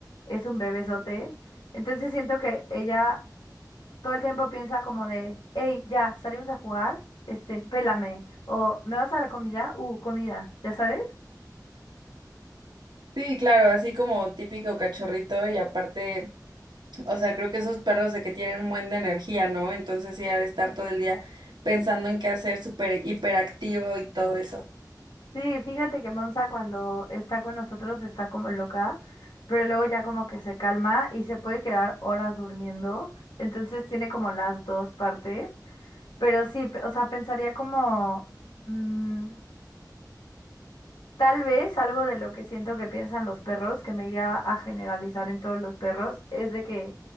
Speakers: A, on the left; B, on the right.
A: es un bebesote. Entonces siento que ella todo el tiempo piensa como de, hey, ya, salimos a jugar, este, pélame, o ¿me vas a dar comida? Uh, comida, ¿ya sabes?
B: Sí, claro, así como típico cachorrito y aparte, o sea, creo que esos perros de que tienen un buen de energía, ¿no? Entonces sí, ha de estar todo el día pensando en qué hacer, súper hiperactivo y todo eso.
A: Sí, fíjate que Monza cuando está con nosotros está como loca, pero luego ya como que se calma y se puede quedar horas durmiendo. Entonces tiene como las dos partes, pero sí, pe- o sea, pensaría como mm, tal vez algo de lo que siento que piensan los perros, que me iría a generalizar en todos los perros, es de que